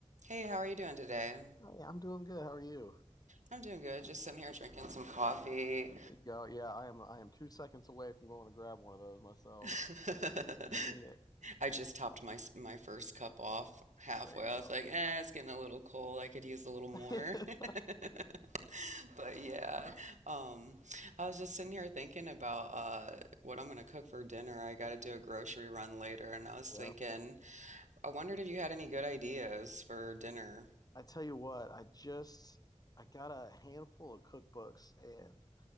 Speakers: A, on the right (about 80°); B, on the left (about 30°).
A: Hey, how are you doing today?
B: Hey, I'm doing good. How are you?
A: I'm doing good. Just sitting here drinking some coffee.
B: There you go. Yeah, I am I am two seconds away from going to grab one of those myself
A: <laughs>
B: when we need it.
A: I just topped my s- my first cup off halfway.
B: There you
A: I
B: go.
A: was like, eh, it's getting a little cold. I could use a little more.
B: <laughs>
A: <laughs> But yeah, um, I was just sitting here thinking about uh, what I'm gonna cook for dinner. I gotta do a grocery run later, and I was
B: Yep.
A: thinking, I wondered if you had any good ideas for dinner.
B: I tell you what, I just I got a handful of cookbooks and